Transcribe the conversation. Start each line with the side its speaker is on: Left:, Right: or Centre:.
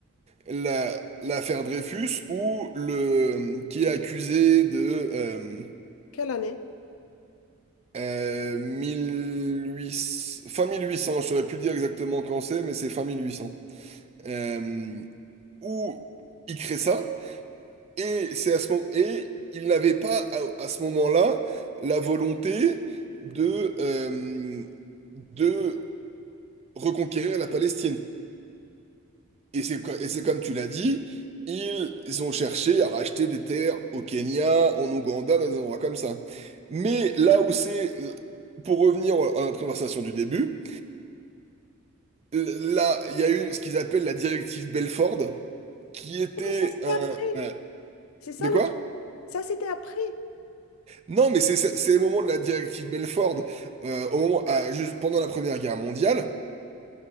Right: La- l'affaire Dreyfus, où le, qui est accusé de euh,
Left: Quelle année?
Right: euh, 1800 fin 1800, je ne saurais plus dire exactement quand c'est, mais c'est fin 1800. Euh, où il crée ça. Et c'est à ce moment et il n'avait pas à, à ce moment-là la volonté de euh, de reconquérir la Palestine. Et c'est co- et c'est comme tu l'as dit, ils ont cherché à racheter des terres au Kenya, en Ouganda, dans des endroits comme ça. Mais là où c'est pour revenir à notre conversation du début, là, il y a eu ce qu'ils appellent la directive Belford, qui
Left: Non,
Right: était
Left: mais ça, c'était
Right: un...
Left: après.
Right: un-
Left: C'est ça
Right: De quoi?
Left: le truc. Ça, c'était après.
Right: Non, mais c'est c'est- c'est les moments de la directive Belford euh, au moment, à- juste pendant la Première Guerre mondiale